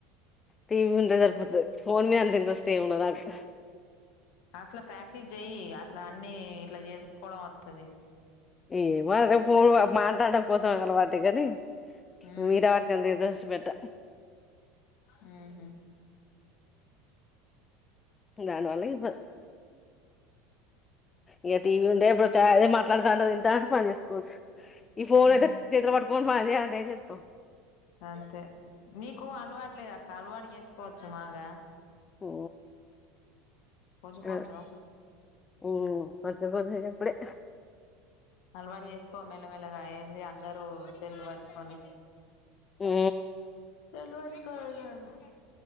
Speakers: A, on the left (about 25°); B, on the left (about 60°).
A: టీవి ఉంటే సరిపోతది ఫోన్ మీ అంత ఇంట్రెస్ట్ ఏం ఉండదు నాకు
B: అట్లా ప్రాక్టీస్ జెయ్యి అట్లా అన్ని ఇట్లా తెలుసుకోవడం వత్తది
A: ఏ మే పరు మా డం కోసం అలవాంటి కాని
B: ఉమ్
A: మీరే వాడుతుందిజ శుబెట్ట
B: మ్ హా
A: దానివల్ల ఇ ఇక టీవీ ఉండే ఇప్పుడు చదే మాట్లాడడుతుాంటది ఎంట అంటే పని చేసుకోవచ్చు ఈ ఫోన్
B: ఉమ్
A: అయితే చేట పటుకని పని చేయాల గతు
B: అంతే నీకు అలవాటు లేదు అక్క అలవాటు చేసుకోవచ్చు మాగా
A: ఆ
B: కొంచెం
A: ఆ
B: కొంచెం
A: కొపోప్పుడే
B: అలవాటు చేసుకో మెల్లమెల్లగా అయంది అందరూ సల్లు పట్టుకొని
A: ఆ
B: చలు అటుకదను